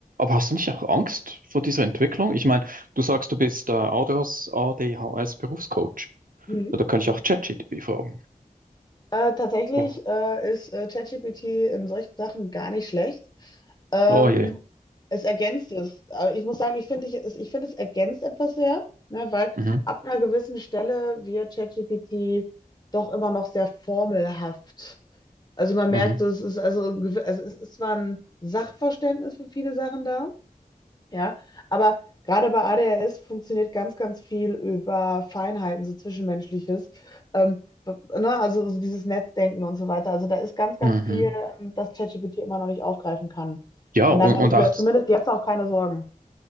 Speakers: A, on the right; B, on the left.
A: hast du nicht auch Angst vor dieser Entwicklung? Ich meine, du sagst, du bist äh, ADHS, ADHS-Berufscoach.
B: Mhm.
A: Ja, Da kann ich auch ChatGPT fragen.
B: Äh, tatsächlich
A: Oh,
B: äh, ist äh, ChatGPT in solchen Sachen gar nicht schlecht. Ähm,
A: oh je.
B: es ergänzt es. Aber ich muss sagen, ich finde, ich, es- ich finde, es ergänzt etwas sehr, ne, weil
A: Mhm.
B: ab einer gewissen Stelle wird ChatGPT doch immer noch sehr formelhaft. Also man
A: Mhm.
B: merkt, es ist also, gewi- also es ist zwar ein Sachverständnis für viele Sachen da, ja, aber gerade bei ADHS funktioniert ganz, ganz viel über Feinheiten, so Zwischenmenschliches. Ähm, w- ne, also, also dieses Netzdenken und so weiter. Also da ist ganz, ganz
A: Mhm.
B: viel, ähm, das ChatGPT immer noch nicht aufgreifen kann.
A: Ja,
B: Und
A: und,
B: da mache
A: und
B: ich mir
A: auch,
B: zumindest jetzt auch keine Sorgen.